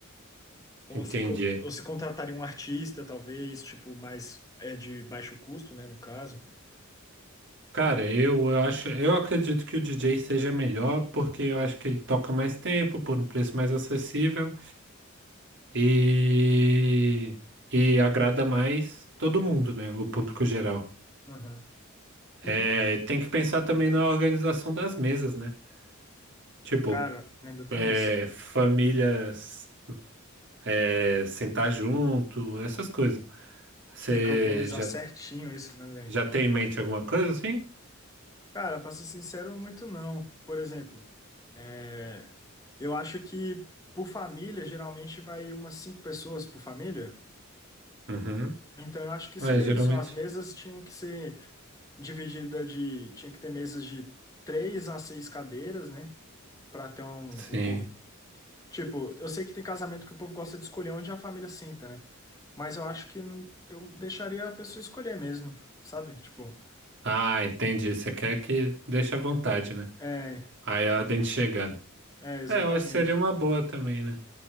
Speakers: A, on the left (about 15°); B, on the right (about 60°).
A: ou
B: Entendi.
A: se, co- ou se contrataria um artista, talvez, tipo, mais é de baixo custo, né, no caso.
B: Cara, eu acho, eu acredito que o DJ seja melhor porque eu acho que ele toca mais tempo por um preço mais acessível. e que agrada mais todo mundo, né? O público geral.
A: Aham.
B: É,
A: E,
B: tem que pensar também na organização das mesas, né? Tipo,
A: cara, ainda tem
B: é,
A: isso.
B: famílias é, sentar junto, essas coisas. Você
A: Tem que organizar
B: já,
A: certinho isso, né, velho?
B: já tem em mente alguma coisa assim?
A: Cara, pra ser sincero, muito não. Por exemplo, é, eu acho que por família, geralmente vai umas cinco pessoas por família.
B: Uhum.
A: Então, eu acho que seria
B: É, geralmente.
A: isso. As mesas tinham que ser divididas de. Tinha que ter mesas de três a seis cadeiras, né? Pra ter um,
B: Sim.
A: o povo. Tipo, eu sei que tem casamento que o povo gosta de escolher onde a família sinta, né? Mas eu acho que não- eu deixaria a pessoa escolher mesmo, sabe? Tipo,
B: Ah, entendi. Você quer que deixe à vontade, né?
A: é,
B: Aí é a ordem de chegada.
A: é, exatamente.
B: É, eu acho que seria uma boa também, né?